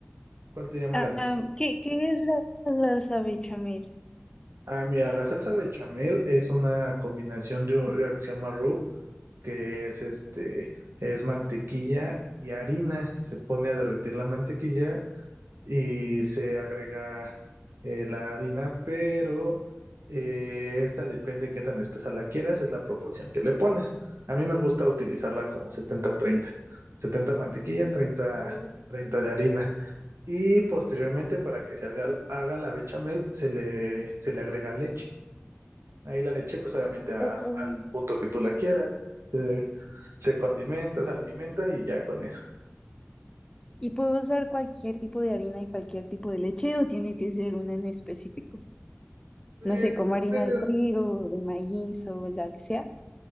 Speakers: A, on the right; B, on the left.
A: ¿Cuál te llama
B: Ah,
A: la atención?
B: am, ¿qué, qué es la la salsa bechamel?
A: Ah, mira, la salsa bechamel es una combinación de, un- de algo que se llama roux, que es este, es mantequilla y harina. Se pone a derretir la mantequilla y se agrega eh, la harina, pero eh, esta depende qué tan espesa la quieras, es la proporción que le pones. A mí me gusta utilizarla como setenta treinta, setenta mantequilla, treinta
B: Oh, ok.
A: treinta de harina. Y posteriormente, para que se haga, haga la bechamel, se le, se le agrega leche. Ahí la leche, pues obviamente a-
B: Oh, oh.
A: al punto que tú la quieras. Se, se condimenta, se pimienta y ya con eso.
B: ¿Y puedo usar cualquier tipo de harina y cualquier tipo de leche o tiene que ser una en específico?
A: Pues,
B: No sé, como harina
A: depende.
B: de trigo, o de maíz o la que sea.